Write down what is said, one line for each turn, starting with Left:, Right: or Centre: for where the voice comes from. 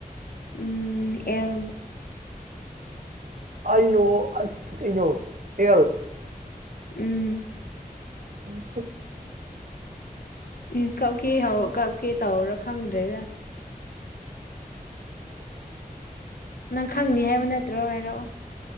Left: ꯎꯝ ꯑꯦꯜ
Right: ꯑꯩꯑꯣ ꯑꯁ ꯀꯩꯅꯣ ꯑꯦꯜ
Left: ꯎꯝ
Right: <unintelligible>
Left: ꯎꯝ ꯀꯞꯀꯦ ꯍꯧ ꯀꯞꯀꯦ ꯇꯧꯔꯥ ꯈꯪꯗ꯭ꯔꯦꯗ ꯅꯪ ꯈꯪꯅꯤ ꯍꯥꯏꯕ ꯅꯠꯇ꯭ꯔꯣ ꯍꯥꯏꯔꯛꯑꯣ